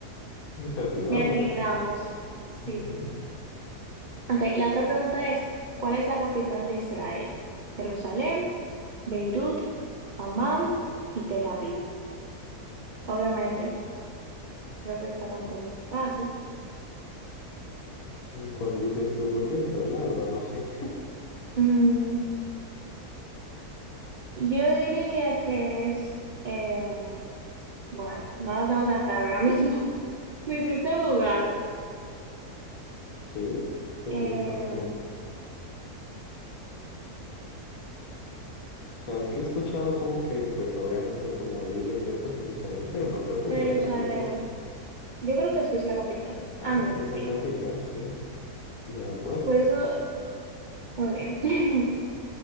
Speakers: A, on the left; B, on the right.
A: les atinamos.
B: le atinamos. Sí.
A: Ujú.
B: Ok, la otra pregunta es, ¿cuál es la capital de Israel? Jerusalén, Beirut, Amán y Tel Aviv. Obviamente, creo que está como que muy fácil.
A: ¿Cuál dices tú? Porque yo la verdad no sé.
B: Mm, Yo diría que es, eh, bueno, no lo tengo tan claro ahora mismo. <laughs> Me hiciste dudar.
A: Sí, pues
B: Eh,
A: es- no sé. O sea, es que he escuchado como que, pues obviamente por la Biblia y todo eso, Jerusalén, pero no creo que
B: Jerusalén,
A: sea la capital.
B: yo creo que sí es la capital.
A: Ah,
B: Ah, mira,
A: sí es
B: sí.
A: la capital, sí. Vea pues.
B: Por eso, muy bien. <laughs>